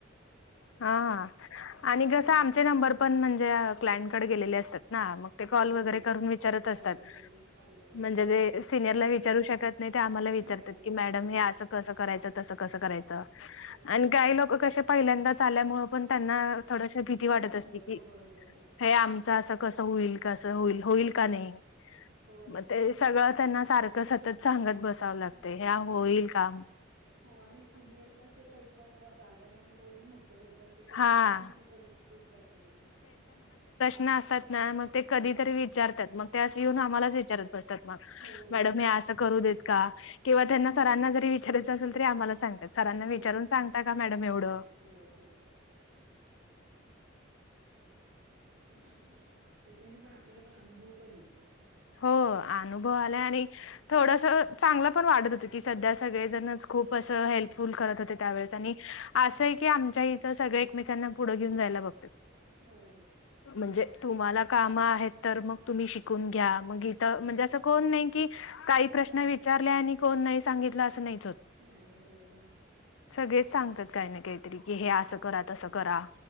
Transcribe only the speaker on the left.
हा हा आणि
कसा आमचे नंबर पण म्हणजे क्लायंटकडे गेलेले असतात. ना मग ते कॉल
वगैरे
करून विचारत
असतात
म्हणजे वे सिनियरला विचारू शकत नाही ते आम्हाला विचारतात
की मॅडम
हे असं कसं करायचं तसं कसं करायचं.
आणि काही लोक कशे पहिल्यांदाच आल्यामुळे पण त्यांना थोड अशे भीती
वाटत
असते की
हे आमचा असं कसं होईल कसं होईल होईल का नाही?
मग ते सगळं त्यांना सारखं सतत सांगत बसावं लागते
ह्या होईल
काम
हा
न असतात ना मग ते कधी तरी विचारतात मग त्यास येऊन आम्हालाच विचारत
मॅडम
हे अस करू देत का? किंवा त्यांना
सरांना जरी विचाराय चा असेल तरी आम्हाला सांगतात. सरांना
विचारून सांगता का
मॅडम एवढं
हो अनुभव आलाय
आणि थोडसा चांगलं पण वाढत होत की सध्या सगळेजणच खूप असं हेल्पफुल करत होते त्यावेेळेस आणि असं आहे की आमच्या इथं सगळे एकमेकांना पुढं घेऊन जायला बघतात.
म्हणजे
तुम्हाला
कामं आहेत तर मग तुम्ही शिकून घ्या मग इथं
म्हणजे
असं कोण नाही की काही
प्रश्न
विचा रला कोण नाही सांगितलं असं नाहीच होत.
सगळेच सांगतात काही ना काहीतरी
कि हे असं करा तसं करा.